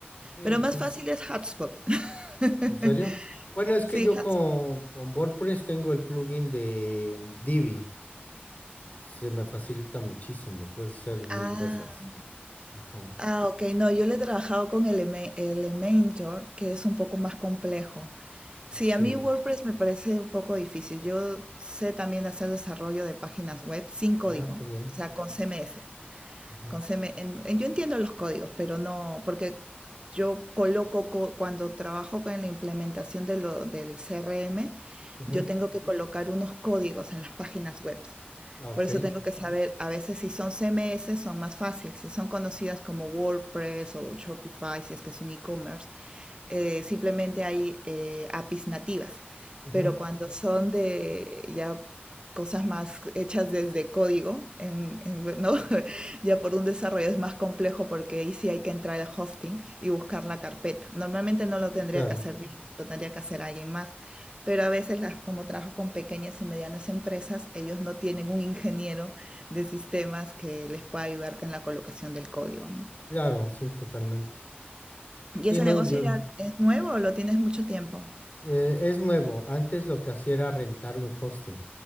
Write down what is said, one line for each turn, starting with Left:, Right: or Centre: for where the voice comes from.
Left: Eh,
Right: Pero
Left: pues
Right: más
Left: es-
Right: fácil es Hotspot. <laughs>
Left: ¿En serio? Bueno, es que
Right: Sí,
Left: yo
Right: Hotspot.
Left: con, con WordPress tengo el plugin de Divi. y se me facilita muchísimo. Puedes hacer mil
Right: Ah,
Left: cosas. Ajá.
Right: ah, ok. No, yo le he trabajado con Eleme- Elementor, que es un poco más complejo. Sí,
Left: Sí.
Right: a mí WordPress me parece un poco difícil. Yo sé también hacer desarrollo de páginas web sin código,
Left: Ah, qué bien.
Right: o sea, con CMS.
Left: Ujú,
Right: Con CM en- en- yo entiendo los códigos, pero no, porque yo coloco, co- cuando trabajo con la implementación de lo, del CRM,
Left: ujú,
Right: yo tengo que Ujú. colocar unos códigos en las páginas web.
Left: ah, Ok.
Right: Por eso tengo que saber, a veces si son CMS son más fáciles, si son conocidas como WordPress o Shopify, si es que es un e-commerce, eh, simplemente hay eh, APIs nativas,
Left: ujú,
Right: pero cuando son de ya cosas más hechas desde código, en- en- ¿no? <laughs> ya por un desarrollo es más complejo porque ahí sí hay que entrar al hosting y buscar la carpeta. Normalmente no lo tendría
Left: Claro.
Right: que hacer yo, lo tendría que hacer alguien más, pero a veces las, como trabajo con pequeñas y medianas empresas, ellos no tienen un ingeniero de sistemas que les pueda ayudar con la colocación del código, ¿no?
Left: Claro, sí, totalmente.
Right: ¿Y
Left: Sí,
Right: ese
Left: no,
Right: negocio
Left: yo.
Right: ya es nuevo o lo tienes mucho tiempo?
Left: eh, es nuevo. Antes lo que hacía era rentar un hosting